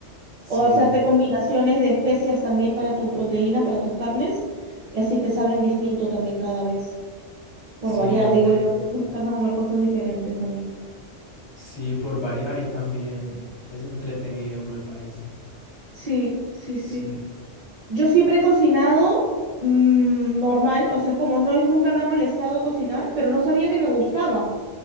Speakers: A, on the left (about 30°); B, on the right (about 55°).
A: Sí,
B: O hacerte combinaciones de especias también para tu proteína, para tus carnes, y así te saben distinto también cada vez, por
A: sí,
B: variar,
A: aunque
B: digo yo, porque me encanta comer cosas diferentes a mí.
A: sí, por variar y también es entretenido, me parece.
B: Sí, sí,
A: Sí,
B: sí. Yo siempre he cocinado mm, normal, o sea, es como no, he- nunca me ha molestado cocinar, pero no sabía que me gustaba.